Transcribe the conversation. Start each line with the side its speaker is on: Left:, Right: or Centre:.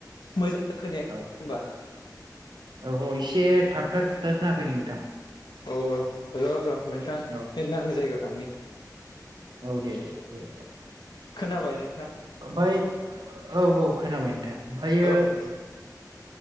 Left: मोजां खोनायाखै
Right: औ
Left: होनबा?
Right: औ औ एसे थाबथा थुथा खोनाफैदों नोंथां।
Left: अ र' र' नोंथां नेट
Right: औ
Left: नांनाय जायगायाव थांनि।
Right: औ दे दे दे।
Left: खोनाबाय नोंथां?
Right: ओमफ्राय औ औ खोनाबाय नोंथां। ओमफ्रायो
Left: औ दे।